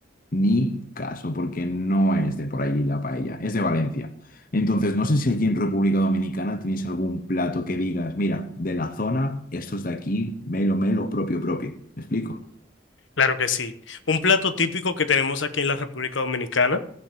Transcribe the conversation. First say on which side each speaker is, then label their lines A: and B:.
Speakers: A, on the left (about 45°); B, on the left (about 80°).
A: Ni caso, porque no es de por allí la paella, es de Valencia. Entonces, no sé si allí en República Dominicana tenéis algún plato que digas, mira, de la zona, estos de aquí, melo, melo, propio, propio. ¿Me explico?
B: claro que sí. Un plato típico que tenemos aquí en la República Dominicana